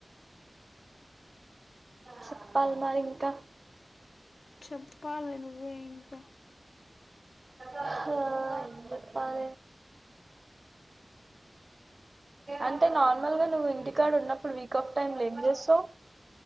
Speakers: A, on the right; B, on the left.
A: చెప్పాలి మరి ఇంకా
B: చెప్పాలి నువ్వే ఇంకా
A: ఆ ఏం చెప్పాలి అంటే నార్మల్గా నువ్వు ఇంటి కాడ ఉన్నప్పుడు వీక్ ఆఫ్ టైమ్లొ ఏంచేస్తావ్